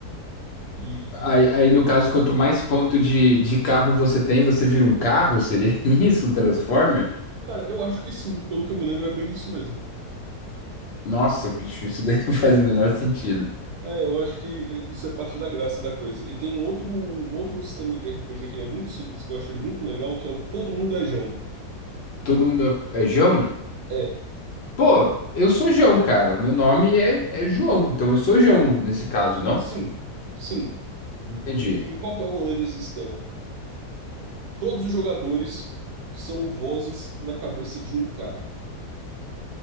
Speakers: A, on the right; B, on the left.
A: E,
B: Aí,
A: e-
B: aí no
A: e
B: caso,
A: é isso.
B: quanto mais ponto de, de carro você tem, você vira um carro? Seria <laughs> isso, um Transformer?
A: Cara, eu acho que sim, pelo que eu me lembro é bem isso mesmo.
B: Nossa, bicho, isso daí não faz o menor sentido.
A: É, eu acho que isso é parte da graça da coisa. E tem um outro, um outro sistema de RPG que ele é muito simples, que eu acho ele muito legal, que é o Todo Mundo é Jão.
B: Todo mundo é, é Jão?
A: É,
B: Pô, eu sou João, cara. O meu nome é, é João, então eu sou João nesse caso, não?
A: sim, sim.
B: Entendi.
A: E, e qual que é o rolê desse sistema? Todos os jogadores são vozes na cabeça de um cara.